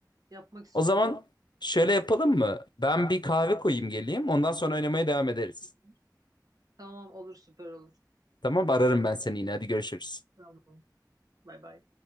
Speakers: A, on the right (about 55°); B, on the left (about 80°).
A: yapmak istiyorum.
B: O zaman şöyle yapalım mı? Ben bir kahve koyayım geleyim. Ondan sonra oynamaya devam ederiz.
A: <laughs> Tamam olur süper olur.
B: Tamam, ararım ben seni yine. Hadi görüşürüz.
A: Tamam. Bay bay.